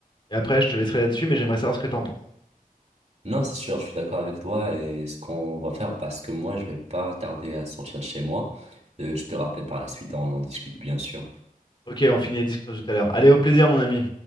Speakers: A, on the left; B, on the right.
A: Et après, je te laisserai là-dessus, mais j'aimerais savoir ce que t'en penses.
B: Non, c'est sûr, je suis d'accord avec toi et ce qu'on va faire parce que moi, je vais pas tarder à sortir de chez moi. Euh, je te rappelle par la suite, on en discute bien sûr.
A: Ok, on finit la discussion tout à l'heure. Allez, au plaisir, mon ami.